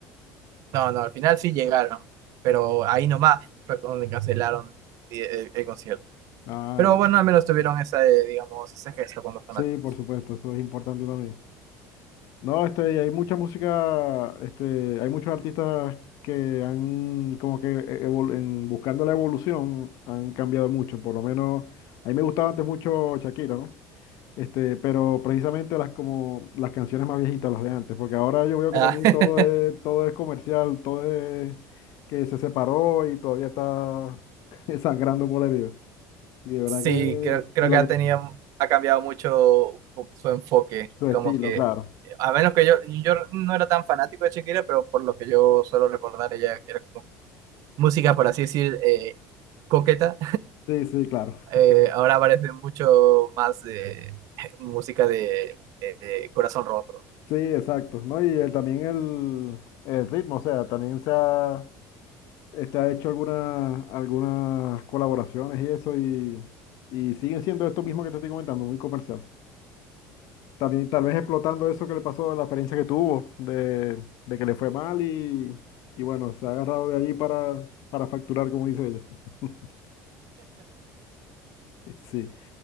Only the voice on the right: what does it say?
No, no, al final sí llegaron, pero ahí nomás fue donde cancelaron el, el- el concierto.
Pero
bueno, al menos tuvieron esa, eh, digamos, ese gesto con los fanáticos.
Ah,
<laughs>
sí,
creo, creo
que ha
tenido, ha cambiado mucho su enfoque.
Como que,
a menos que yo, yo no era tan fanático de Shakira, pero por lo que yo suelo recordar, ella era como música, por así decir, eh, coqueta
eh, ahora parece mucho más de <laughs> música de eh, corazón roto.